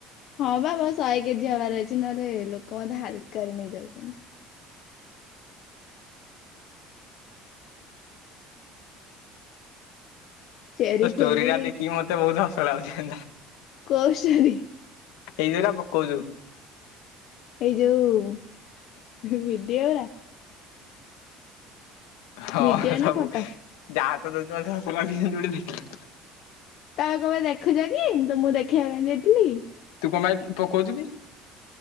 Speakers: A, on the left; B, on the left.
A: ହଁ ବା ଶହେ କେଜି ହବାର ଅଛି। ନହେଲେ ଲୋକ ମୋତେ ହାଲକାରେ ନେଇଯାଉଚନ୍ତି। ଚେରି
B: ତୋ ଷ୍ଟୋରି
A: ଫେରି
B: ଟା ଦେଖିକି ମତେ ବହୁତ ହସ ଲାଗୁଛି କେନ୍ତା।
A: କୋଉ ଷ୍ଟୋରି।
B: ଏଇ ଯୋଉରା ପକୋଉଚୁ।
A: ଏଇ ଯୋଉ ଭିଡିଓ ଉରା।
B: ହଁ
A: ଭିଡିଓ
B: ସବୁ
A: ନା ଫଟୋ
B: ଯାହା ତ ଦଉଚୁ ମତେ ହସ ଲାଗୁଛି ଭିଡିଓ ଦେଖିଲେ
A: ତା କଣପେ ଦେଖୁଛ କି? ମୁଁ ତମକୁ ଦେଖିବା ପାଇଁ ଦେଇଥିଲିକି?
B: ତୁ କଣ ପାଇଁ ପକଉଚୁ କି?